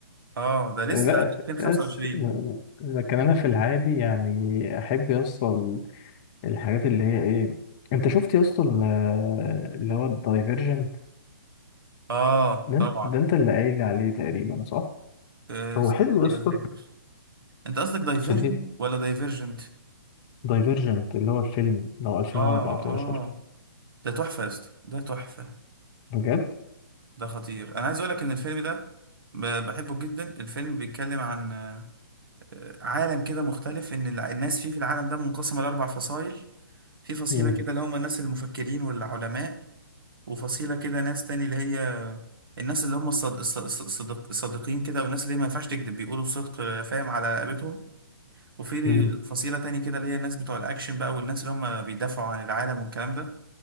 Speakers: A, on the right; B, on the left.
A: اه ده لسه
B: آه، لا
A: 2025
B: بس لكن انا في العادي يعني احب يوصل الحاجات اللي هي ايه انت شفت يا اسطى ال- اللي هو الدايفرجنت
A: اه
B: ده
A: طبعا
B: ده انت اللي قايل عليه تقريبا صح
A: أه
B: هو
A: صدقني
B: حلو يا اسطى
A: ما فاكر انت قصدك دايفيرجنت
B: عشان دي
A: ولا دايفيرجنت
B: دايفرجنت اللي هو الفيلم لو 2014
A: اه اه ده تحفه يا اسطى ده تحفه
B: بجد
A: ده خطير انا عايز اقول لك ان الفيلم ده ب- بحبه جدا الفيلم بيتكلم عن آه، عالم كده مختلف ان الع- الناس فيه في العالم ده منقسمه لاربع فصائل في فصيله
B: مم.
A: كده اللي هم الناس المفكرين والعلماء وفصيله كده ناس تاني اللي هي الناس اللي هم الصد... الص- الص- الصدق... الصادقين كده والناس اللي ما ينفعش تكذب بيقولوا الصدق آه، فاهم على رقبتهم وفي
B: مم.
A: فصيلة تاني كده اللي هي الناس بتوع الأكشن بقى والناس اللي هم بيدافعوا عن العالم والكلام ده